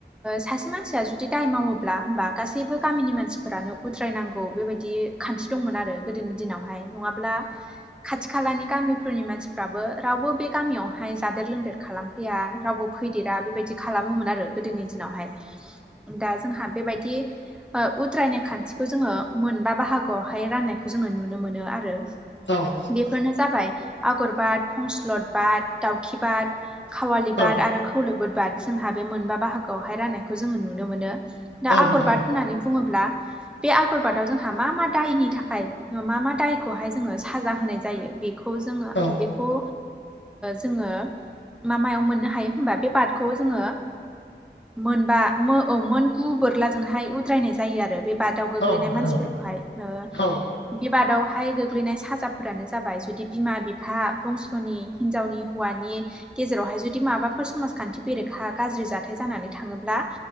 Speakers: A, in the centre; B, on the left.
A: सासे मानसिया जुदि दाय मावोब्ला होमबा गासैबो गामिनि मानसिफोरानो उद्रायनांगौ बेबायदि खान्थि दंमोन आरो गोदोनि दिनावहाय नङाब्ला खाथि खालानि गामिफोरनि मानसिफ्राबो रावबो बे गामियावहाय जादेर लोंदेर खालामफैया रावबो फैदेरा बेबायदि खालामोमोन आरो गोदोनि दिनावहाय दा जोंहा बेबायदि उद्रायनाय खान्थिखौ जोङो मोनबा बाहागोआवहाय राननायखौ जोङो नुनो मोनो आरो।
B: औ।
A: बेफोरनो जाबाय आगर बाद, फंस्लद बाद, दाउखि बाद, खावालि बाद,
B: औ
A: आरो खौलो बद, जोंहा बे मोनबा बाहागोआवहाय राननायखौ जोङो नुनो मोनो। दा
B: औ
A: आगर
B: नोंथां
A: बाद होननानै बुङोब्ला बे आगरबादाव जोंहा मा मा दायनि थाखाय मा मा दायखौहाय जोङो साजा होनाय जायो, बे खौ जोङो
B: औ
A: बेखौ जोङो। मा मायाव मोननो हायो होनबा बे बादखौ जोङो मोनबा औ मोन गु बोरलाजोंहाय उद्रायनाय जायो आरो बे बा दाव गोग्लैनाय
B: औ नोंथां
A: मानसिफोरखौहाय ओ
B: औ
A: बेबादावहाय गोग्लैनाय साजाफोरानो जाबाय जुदि बिमा बिफा बंस'नि हिनजावनि हौवानि गेजेरावहाय जुदि माबाफोर समाजखान्थि बेरेखा गाज्रि जाथाय जानानै थाङोब्ला।